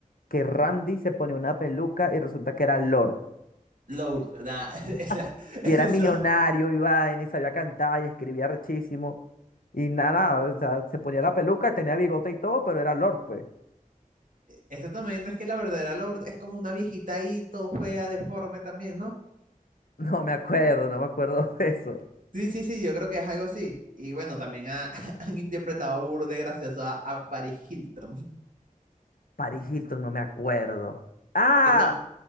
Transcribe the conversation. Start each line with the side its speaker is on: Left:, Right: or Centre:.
Left: que Randy se ponía una peluca y resulta que era Lord.
Right: Lourdes, nah, <laughs> esa-
Left: <laughs> Y era
Right: eso,
Left: millonario, y vaina, y sabía cantar, y escribía rechísimo. Y nada, o sea, se ponía la peluca, tenía bigote y todo, pero era Lord, pues. <laughs>
Right: eso también no es que la verdadera Lourdes es como una viejita ahí, todo fea, deforme también, ¿no?
Left: No me acuerdo, no me acuerdo de eso.
Right: Sí, sí, sí, yo creo que es algo así. Y bueno, también ha- <laughs> han interpretado burde gracioso a, a Paris Hilton,
Left: Paris Hilton, no me acuerdo. Ah,
Right: que, tam-